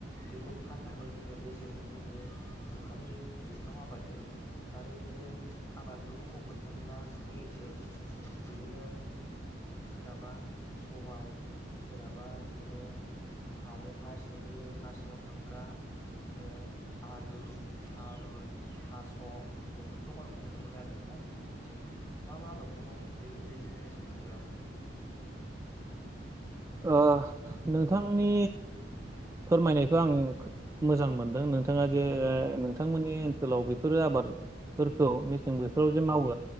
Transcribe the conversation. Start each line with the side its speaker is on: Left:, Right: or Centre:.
Left: बेखौ फाननानै जोङो बेसेन मोननो हायो। जुखामनि जुखाम आबादजोंनो आरो बिदिनो आबादफोरखौ मावख'नो थांब्ला जोंनिथिं बिदिनो सोरहाबा सबाय सोरहाबा बिदिनो हानि हा सिंनि हा सिङाव थांग्रा बिदिनो आलु। थारुन थास' बेफोरखौ मावनायखौ नुनो मोनो आरो दा नोंथांमोनथिं मा मा आबादखौनो मावो बे मेसे-मेसें बोथोराव।
Right: ओह नोंथांनि फोरमायनायखौ आं खोब मोजां मोनदों नोंथाङा जे नोंथांमोननि ओनसोलाव बेफोरो आबादफोरखौ मेसें बोथोराव जे मावो